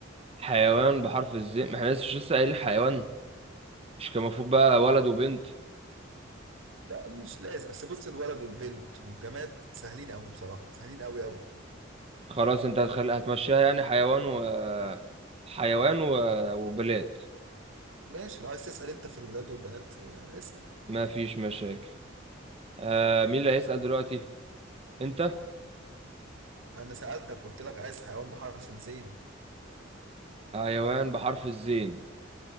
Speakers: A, on the right; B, on the right.
A: حيوان بحرف الزين ما احنا لسه لسه قايلين حيوان مش كان المفروض بقى ولد وبنت
B: لا مش لازم اصل بص الولد والبنت والجماد سهلين قوي بصراحة سهلين قوي قوي
A: خلاص انت هتخلي هتمشيها يعني حيوان و حيوان و... وبلاد
B: ماشي لو عايز تسأل انت في الولاد والبنات آه، اسأل
A: ما فيش مشاكل آه مين اللي هيسأل دلوقتي انت
B: انا سألتك قلت لك عايز حيوان بحرف الزين
A: حيوان بحرف الزين